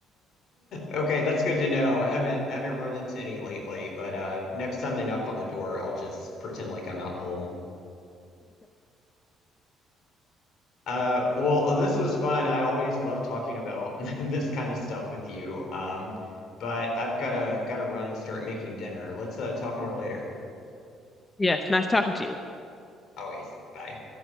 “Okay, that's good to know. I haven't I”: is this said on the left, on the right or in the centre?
Left